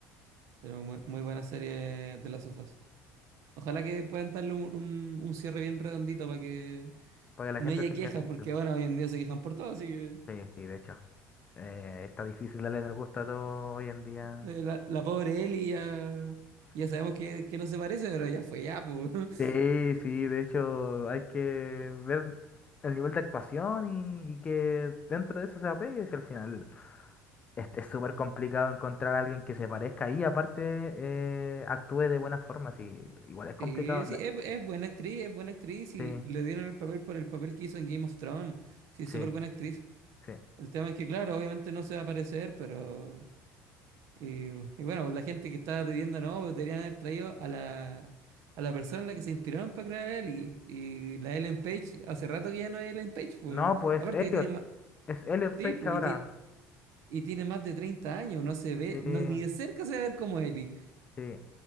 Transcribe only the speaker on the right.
Pero muy, muy buena serie de las sofás. Ojalá que puedan darle un, un, un cierre bien redondito para que
No
ella
queja,
porque bueno, hoy en día se quejan por todo, así que
eh, la, la pobre Ellie ya, ya sabemos que, que no se parece, pero ya fue ya, pues. <laughs>
Sí,
sí,
es, es buena actriz, es buena actriz y
le dieron el papel por el papel que hizo en Game of Thrones. Sí, súper
buena actriz.
El tema es que, claro, obviamente no se va a parecer, pero... Y, y bueno, pues la gente que estaba pidiendo, no, pues deberían haber traído a la, a la persona en la que se inspiraron para crear a Ellie. Y la Ellen Page, hace rato que ya no es Ellen Page, pues.
Aparte
que tiene más...
Sí,
pues,
y tiene... y tiene más de 30 años, no se ve,
no, ni de cerca se va a ver como Ellie.